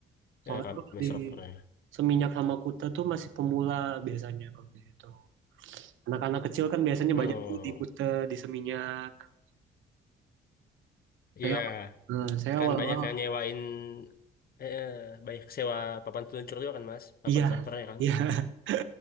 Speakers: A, on the right (about 75°); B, on the left (about 50°).
A: soalnya
B: ya, rame
A: kalau di
B: servernya
A: Seminyak sama Kuta tuh masih pemula biasanya kalau di situ. Anak-anak kecil kan biasanya
B: oh
A: banyak tuh di Kuta, di Seminyak.
B: iya
A: Saya, eh, saya
B: kan
A: awal-awal,
B: banyak yang nyewain eh, eh, banyak sewa papan peluncur juga kan mas papan
A: iya,
B: servernya kan
A: iya. <laughs>